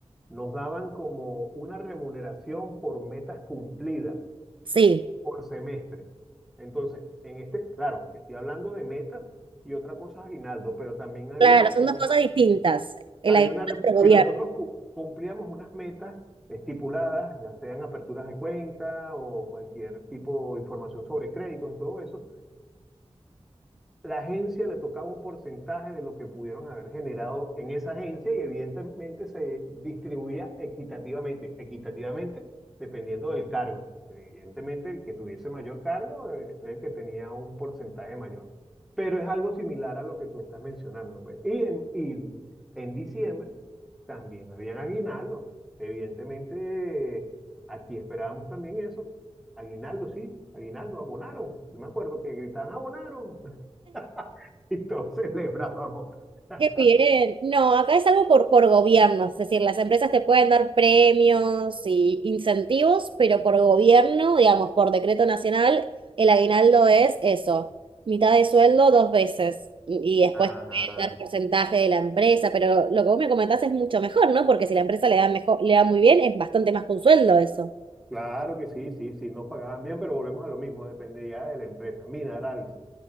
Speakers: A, in the centre; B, on the right (about 50°).
A: nos daban como una remuneración por metas cumplidas,
B: Sí,
A: por semestre. Entonces, en este, claro, estoy hablando de metas y otra cosa es aguinaldo, pero también había
B: claro, son
A: como
B: dos cosas
A: una,
B: distintas. El
A: había
B: aguinaldo
A: una, re-
B: es del
A: si nosotros cu- cumplíamos unas metas estipuladas, ya sean aperturas de cuenta o cualquier tipo de información sobre créditos y todo eso, la agencia le tocaba un porcentaje de lo que pudieron haber generado en esa agencia y evidentemente se distribuía equitativamente, equitativamente dependiendo del cargo. Evidentemente el que tuviese mayor cargo eh, el que tenía un porcentaje mayor. Pero es algo similar a lo que tú estás mencionando. pues. Y en, y en diciembre también habían aguinaldos. Evidentemente eh, aquí esperábamos también eso. Aguinaldo, sí, aguinaldo, abonaron. Yo me acuerdo que gritaban, abonaron, <laughs> y todos celebrábamos. <laughs>
B: Qué bien. No, acá es algo por, por gobiernos, es decir, las empresas te pueden dar premios y incentivos, pero por gobierno, digamos, por decreto nacional, el aguinaldo es eso, mitad de sueldo dos veces y y después
A: Ah,
B: te pueden dar porcentaje de la empresa, pero lo que vos me comentás es mucho mejor, ¿no? Porque si la empresa le da mejor, le da muy bien, es bastante más que un sueldo eso.
A: claro que sí, sí, sí, nos pagaban bien, pero volvemos a lo mismo, dependía de la empresa. Mira, Aralis,